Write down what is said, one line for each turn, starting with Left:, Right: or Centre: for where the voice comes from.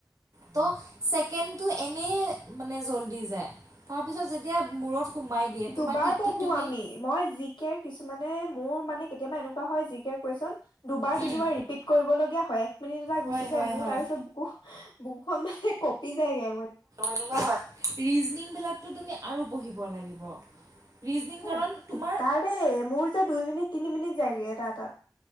Right: ত' ছেকেণ্ডটো এনেই মানে জল্দি যায় তাৰপিছত যেতিয়া মূৰত সোমাই দিয়ে
Left: দুবাৰ
Right: তোমাৰ টিক
Left: পঢ়ো
Right: টিক তুমি
Left: আমি মই জি কে কিছুমানে মোৰ মানে কেতিয়াবা এনেকুৱা হয় জি কেৰ কুৱেচন, দুবাৰ
Right: উম
Left: তিনিবাৰ ৰিপিট কৰিবলগীয়া হয় এক মিনিট এটা
Right: হয়
Left: গুচি যায়
Right: হয়
Left: মোৰ
Right: হয়
Left: তাৰ পিছত বুকু বুকখন মানে কপি যায়গে।
Right: এনেকুৱা হয় ৰিজনিং বিলাকতো তুমি আৰু পঢ়িব লাগিব। ৰিজনিং কাৰণ
Left: এ
Right: তোমাৰ
Left: তাৰেই মোৰ যে দুই মিনিট। তিনি মিনিট যায়গে এটা এটাত।